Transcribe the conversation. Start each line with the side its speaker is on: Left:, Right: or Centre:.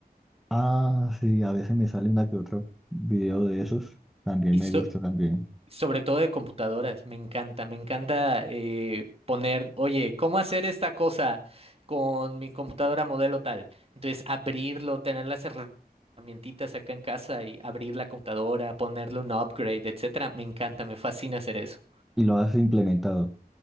Centre: ah, sí, a veces me sale una que otro video de esos, también
Right: Y,
Centre: me
Right: so-
Centre: gusta también.
Right: Sobre todo de computadoras, me encanta, me encanta eh, poner, oye, ¿cómo hacer esta cosa con mi computadora modelo tal? Entonces, abrirlo, tener las herra- herramientitas acá en casa y abrir la computadora, ponerle un upgrade, etcétera. Me encanta, me fascina hacer eso.
Centre: Y lo has implementado.